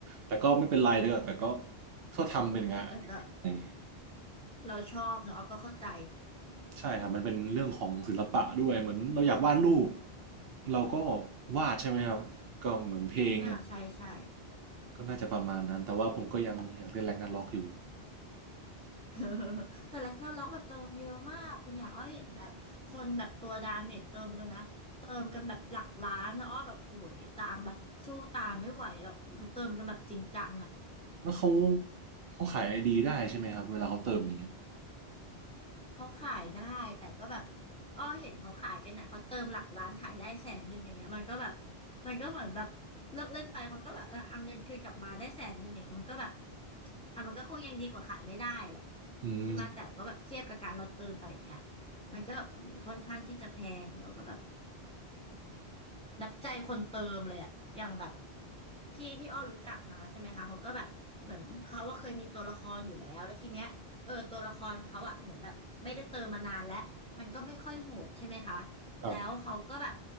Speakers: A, on the right; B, in the centre.
A: แต่ก็ไม่เป็นไรแต่ก็แต่ก็ก็ทำเป็นงานอดิเรก
B: แต่แต่ก็เราชอบเนอะเอาก็เข้าใจ
A: ใช่ครับมันเป็นเรื่องของศิลปะด้วยเหมือนเราอยากวาดรูปเราก็วาดใช่ไหมครับก็เหมือนเพลง
B: อ่าใช่ใช่
A: ก็น่าจะประมาณนั้นแต่ว่าผมก็ยังอยากเล่นแร็กนาร็อกอยู่
B: <laughs> แต่แรกนาล็อกแบบเติมเยอะมากคุณอยากอ้อเห็นแบบคนแบบตัวดาเมจเติมกันนะ เติมกันแบบหลักล้านนะอ้อแบบโอ้ยตามแบบสู้ตามไม่ไหวแบบโอ้ยเขาเติมกันแบบจริงจังอะ
A: แล้วเขาเขาขายไอดีได้ใช่ไหมครับเวลาเขาเติมอย่างเงี้ย
B: เขาขายได้แต่ก็แบบอ้อเห็นเขาขายกันนะเขาเติมหลักล้านขายได้แสนหนึ่งอย่างเงี้ยมันก็แบบมันก็เหมือนแบบเลิกเล่นไปเขาก็แบบเออเอาเงินคืนกลับมาได้แสนหนึ่งอย่างเงี้ยมันก็แบบอ่ะมันก็คงยังดีกว่าขายไม่ได้แหละ
A: อืม
B: ใช่ไหมแต่ก็แบบเทียบกับการเราเติมไปอย่างเงี้ยมันก็แบบโอ้ยค่อนข้างที่จะแพงแล้วก็แบบนับใจคนเติมเลยอะอย่างแบบ พี่ที่อ้อรู้จักมาใช่ไหมคะเขาก็แบบเหมือนเขาว่าเคยมีตัวละครอยู่แล้วแล้วทีเนี้ยเออตัวละครเขาอะเหมือนแบบไม่ได้เติมมานานแล้วมันก็ไม่ค่อยโหดใช่ไหมคะ
A: ครับ
B: แล้วเขาก็แบบ